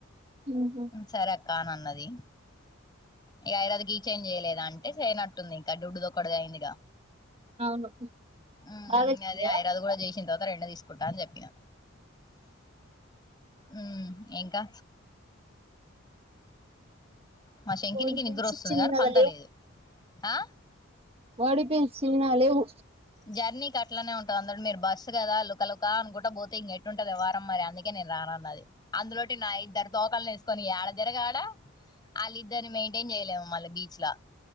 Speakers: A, on the right; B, on the left.
A: ఉ హు
B: సరే అక్క ఆన్నది ఇగ ఐరన్ కీ చైను చేయలేదా అంటే చేయనట్టుంది ఇంకా దోడ్డు దొడ్డు ఒకటి అయింది ఇగా
A: అవును
B: ఉ
A: బాగా వచ్చినాయా
B: అదే ఐదోవది కూడా చేసిన తర్వాత రెండు తీసుకుంటా కుంటా అని చెప్పిన ఊ ఇంకా మా శంకినికి
A: బాడీ
B: నిద్రొస్తుంది
A: పెయిన్స్ చిన్నగా
B: కాని పంట లేదు ఆ
A: ఓడిపోయింది చిన్న లేవు
B: జర్నీకి అట్లానే ఉంటుంది అందండి మీరు బస్సు కదా లుకలుక అనుకుంట పోతే ఇంకెట్టు ఉంటుంది వారం మరి అందుకే అందుకే నేను రాను అన్నది అందులోటి నా ఇద్దరు తోకాలని వేసుకొని ఏడ తిరగాల ఆడా వాళ్ళిద్దరిని మెయింటైన్ చేయలేము మళ్ళీ బీచ్ ల